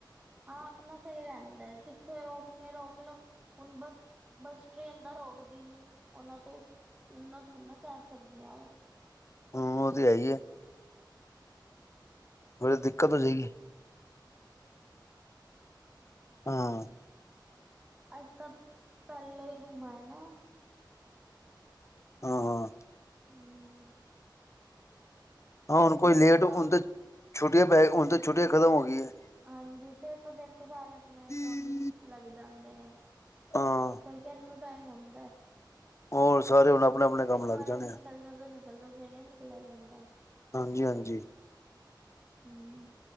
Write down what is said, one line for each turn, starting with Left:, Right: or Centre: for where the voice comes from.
Right: ਹਾਂ, ਆਪਣਾ ਸਹੀ ਰਹਿੰਦਾ ਏ, ਜਿੱਥੇ ਰੋਕਣੇ ਆ ਰੋਕ ਲੋ, ਹੁਣ ਬਸ ਬੱਸ ਟ੍ਰੇਨ ਤਾਂ ਰੋਕਦੀ ਨੀ, ਉਹਨਾਂ ਤੋਂ, ਉਨਾਂ ਥੋਇ ਨਾ ਕਹਿ ਸਕਦੇ ਹਾ।
Left: ਹੂੰ, ਉਹ ਤੇ, ਹੈ ਹੀ ਏ। ਬੜੀ ਦਿੱਕਤ ਹੋ ਜਾਏਗੀ। ਹਾਂ
Right: ਅਸੀ ਤਾਂ ਪਹਿਲੇ ਹੀ ਘੁੰਮ ਆਏ ਨਾ।
Left: ਹਾਂ।
Right: ਹਮ
Left: ਹਾਂ
Right: ਫੇਰ
Left: ਹੁਣ ਕੋਈ
Right: ਦੇਖੋ
Left: ਲੇਟ ਹੁਣ ਤੇ ਛੁੱਟੀਆਂ ਪੈ ਗਈਆਂ ਹੁਣ ਤੇ ਛੁੱਟੀਆਂ ਖਤਮ ਹੋ ਗਈਆ।
Right: ਹਾਂਜੀ, ਫੇਰ ਤਾਂ ਦੇਖੋ, ਸਾਰੇ ਆਪਣੇ
Left: ਹੈ
Right: ਕੰਮ ਲੱਗ ਜਾਂਦੇ ਨੇ।
Left: ਹਾਂ
Right: ਪਰ ਕਿਨੂੰ ਟਾਈਮ ਹੁੰਦਾ?
Left: ਹੋਰ ਸਾਰੇ ਹੁਣ ਆਪਣੇ-ਆਪਣੇ ਕੰਮ
Right: ਇੱਕ
Left: ਲੱਗ
Right: ਵਾਰੀ
Left: ਜਾਦੇ
Right: ਨਿਕਲ
Left: ਆ।
Right: ਜਾਓ ਤਾਂ ਨਿਕਲ ਜਾਓ ਫਿਰ ਨਹੀਂ ਨਿਕਲਿਆ ਜਾਂਦਾ
Left: ਹਾਂਜੀ-ਹਾਂਜੀ।
Right: ਹਮ।